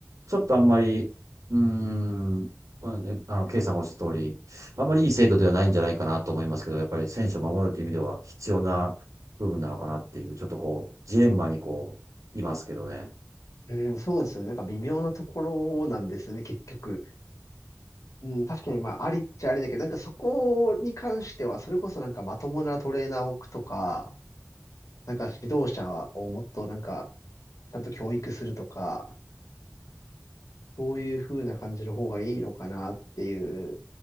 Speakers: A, on the right; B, on the left.
A: ちょっとあんまり、うーん、まあねあの、ケイさんがおっしゃった通り、あまりいい制度ではないんじゃないかなと思いますけど、やっぱり選手を守るという意味では必要な部分なのかなっていう、ちょっとこう、ジレンマにこう、いますけどね。
B: うん、そうですよね。なんか微妙なところなんですね、結局。うん、確かにまあ、ありっちゃありだけど、なんかそこに関しては、それこそなんかまともなトレーナーを置くとか、なんか指導者をもっとなんか、ちゃんと教育するとか、そういう風な感じの方がいいのかなっていう